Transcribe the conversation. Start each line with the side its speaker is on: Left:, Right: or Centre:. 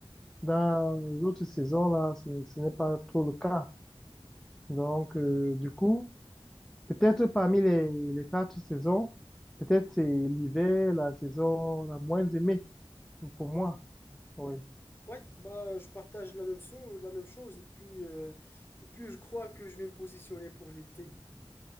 Centre: dans les autres saisons, là, ce, ce n'est pas trop le cas. Donc, euh, du coup, peut-être parmi les, les quatre saisons, peut-être c'est l'hiver, la saison la moins aimée pour moi. Oui,
Left: Oui, bah, je partage la même, so- la même chose et puis, euh, et puis je crois que je vais me positionner pour l'été.